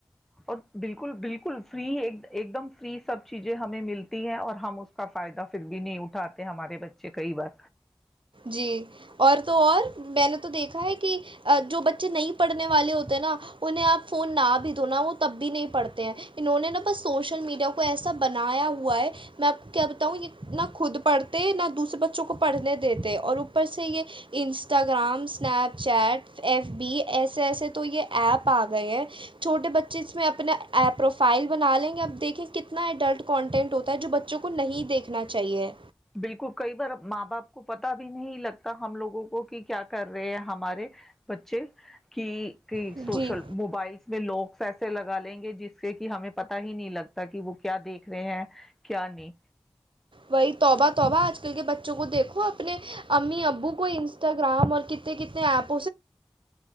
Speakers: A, in the centre; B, on the right.
A: اور بالکل بالکل فری ایک دم فری سب چیزیں ہمیں ملتی ہیں اور ہم اس کا فائدہ پھر بھی نہیں اٹھاتے ہمارے بچے کئی بار
B: جی اور تو اور میں نے تو دیکھا ہے کہ جو بچے نہیں پڑھنے والے ہوتے نا انہیں آپ فون نہ بھی دنا وہ تب بھی نہیں پڑھتے ہیں انہوں نے نا بس سوشل میڈیا کو ایسا بنایا ہوا ہے میں آپ کیا بتاؤں یہ نہ خود پڑھتے نہ دوسرے بچوں کو پڑھنے دیتے اور اوپر سے یہ Instagram Snapchat F B ایسے ایسے تو یہ ایپ آ گئے ہیں چھوٹے بچے اس میں اپنا پروفائل بنا لیں گے اب دیکھیں کتنا اڈلٹ کانٹینٹ ہوتا ہے جو بچوں کو نہیں دیکھنا چاہیے
A: بالکل کئی بار ماں باپ کو پتا بھی نہیں لگتا ہم لوگوں کو کہ کیا کر رہے ہیں ہمارے بچے کہ
B: جی
A: سوشل موبائلس میں لوگ ایسے لگا لیں گے جس سے کہ ہمیں پتا ہی نہیں لگتا کہ وہ کیا دیکھ رہے ہیں کیا نہیں
B: وہی توبہ توبہ آج کل کے بچوں کو دیکھو اپنے امی ابو کو انسٹاگرام اور کتنے کتنے ایپ